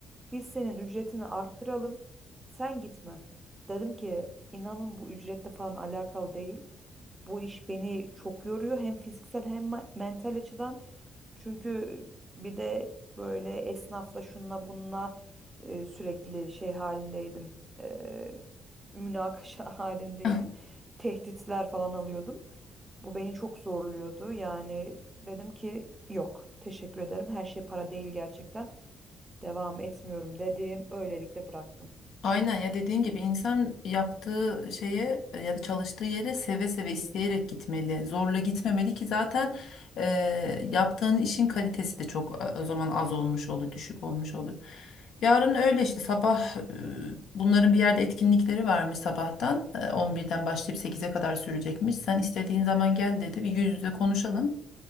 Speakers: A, on the right; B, on the left.
A: Biz senin ücretini arttıralım. Sen gitme. Dedim ki inanın bu ücretle falan alakalı değil. Bu iş beni çok yoruyor hem fiziksel hem me- mental açıdan. Çünkü bir de böyle esnafla şunla bununla e, sürekli şey halindeydim. E, münakaşa <laughs> halindeydim.
B: <laughs>
A: Tehditler falan alıyordum. Bu beni çok zorluyordu. Yani dedim ki yok, teşekkür ederim. Her şey para değil gerçekten. Devam etmiyorum dedim. Öylelikle bıraktım.
B: Aynen ya dediğin gibi insan yaptığı şeye e, ya da çalıştığı yere seve seve isteyerek gitmeli. Zorla gitmemeli ki zaten e, yaptığın işin kalitesi de çok e, o zaman az olmuş olur, düşük olmuş olur. Yarın öyle işte sabah e, bunların bir yerde etkinlikleri varmış sabahtan E, 11'den başlayıp 8'e kadar sürecekmiş. Sen istediğin zaman gel dedi bir yüz yüze konuşalım.